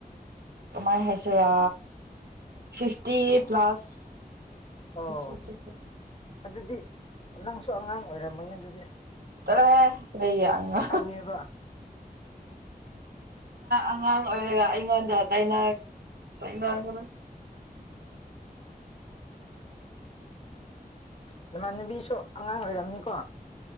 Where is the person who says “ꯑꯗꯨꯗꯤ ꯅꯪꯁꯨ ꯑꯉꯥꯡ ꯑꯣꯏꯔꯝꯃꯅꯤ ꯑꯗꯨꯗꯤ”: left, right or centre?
Left